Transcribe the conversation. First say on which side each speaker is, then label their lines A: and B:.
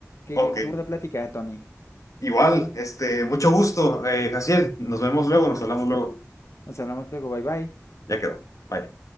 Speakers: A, on the left (about 60°); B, on the left (about 85°).
A: Qué,
B: Ok.
A: qué buena plática, Tony.
B: Igual, este, mucho gusto, eh, Jaciel. Nos vemos luego, nos hablamos luego.
A: Nos hablamos luego, bye bye.
B: Ya quedó. Bye.